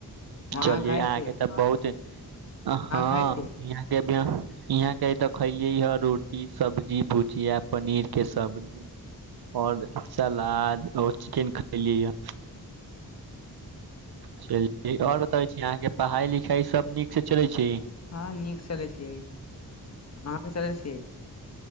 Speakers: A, on the left; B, on the right.
A: अहाँ
B: चलिये
A: खाइ
B: अहाँके
A: छियै अहाँ
B: तऽ बहुत हँ
A: खाइ छियै
B: यहाँके इहाँ के तऽ खलियै हे रोटी सब्जी भुजिया पनीर के सब्जी और सलाद और चिकेन खलियए य से <unintelligible> आओर बताबै छी अहाँके पढ़ाई लिखाई सब नीक से चलै छै
A: हँ नीक चलै छियै अहाँके चलै छियै